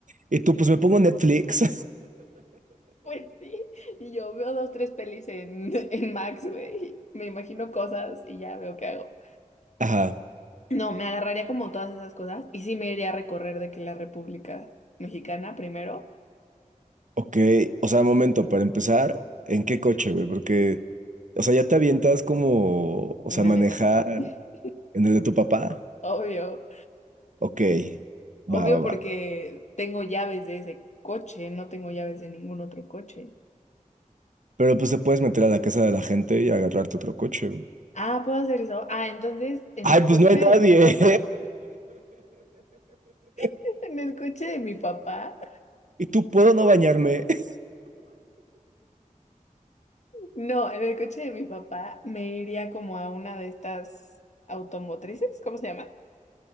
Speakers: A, on the right; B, on the left.
A: Y tú, pues me pongo Netflix.
B: Pues sí, y yo veo dos, tres pelis en, <laughs> en Max, güey. Me imagino cosas y ya veo qué hago.
A: <laughs> Ajá,
B: No, me agarraría como todas esas cosas y sí me iría a recorrer de que la República Mexicana primero
A: ok. O sea, momento, para empezar, ¿en qué coche, güey? Porque, o sea, ya te avientas como, o
B: en
A: sea, manejar
B: el de mi papá. <laughs>
A: en el de tu papá.
B: Obvio,
A: Ok, va,
B: obvio
A: va, va.
B: porque tengo llaves de ese coche, no tengo llaves de ningún otro coche.
A: Pero pues te puedes meter a la casa de la gente y agarrarte otro coche, güey.
B: Ah, ¿puedo hacer eso? Ah, entonces en
A: Ay,
B: el coche
A: pues no hay nadie.
B: de mi papá, <laughs>
A: <laughs>
B: en el coche de mi papá,
A: ¿Y tú puedo no bañarme? <laughs>
B: no, en el coche de mi papá me iría como a una de estas automotrices, ¿cómo se llaman?